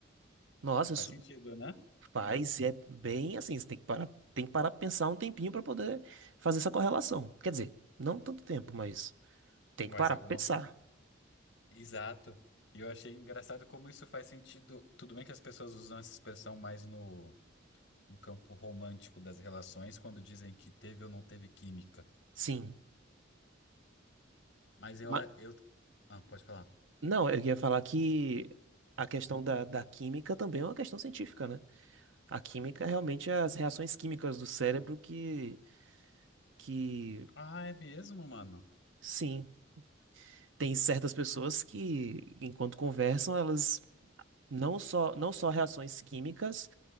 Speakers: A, on the right; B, on the left.
A: nossa, isso
B: Faz sentido, né?
A: faz, é bem assim, você tem que parar, tem que parar pra pensar um tempinho pra poder fazer essa correlação. Quer dizer, não tanto tempo, mas tem
B: Mas
A: que parar
B: alguma
A: pra pensar.
B: coisa. Exato. E eu achei engraçado como isso faz sentido. Tudo bem que as pessoas usam essa expressão mais no, no campo romântico das relações, quando dizem que teve ou não teve química.
A: Sim.
B: Mas eu,
A: Ma-
B: a- eu... Ah, pode falar.
A: não, eu ia falar que a questão da, da química também é uma questão científica, né? A química realmente é as reações químicas do cérebro que, que,
B: Ah, é mesmo, mano?
A: sim. tem certas pessoas que, enquanto conversam, elas não só, não só reações químicas,